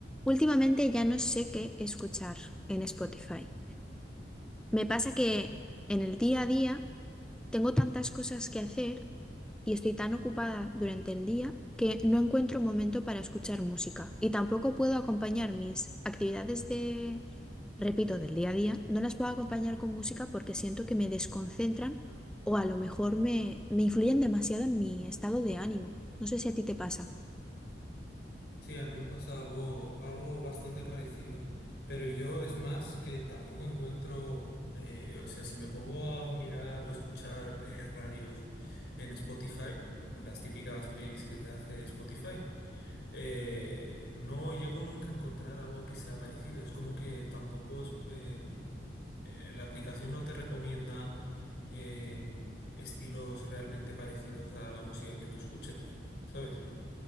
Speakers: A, in the centre; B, on the left (about 65°).
A: Últimamente ya no sé qué escuchar en Spotify. Me pasa que en el día a día tengo tantas cosas que hacer y estoy tan ocupada durante el día que no encuentro momento para escuchar música y tampoco puedo acompañar mis actividades de, repito, del día a día, no las puedo acompañar con música porque siento que me desconcentran o a lo mejor me, me influyen demasiado en mi estado de ánimo. No sé si a ti te pasa.
B: Sí, a mí me pasa algo, algo bastante parecido, pero yo es más que tampoco encuentro, eh, o sea, si me pongo a mirar o escuchar eh, radios en Spotify, las típicas playlists que te hace Spotify, eh, no llego nunca a encontrar algo que sea parecido. Es como que tampoco es, eh, eh, la aplicación no te recomienda eh, estilos realmente parecidos a la música que tú escuches, ¿sabes?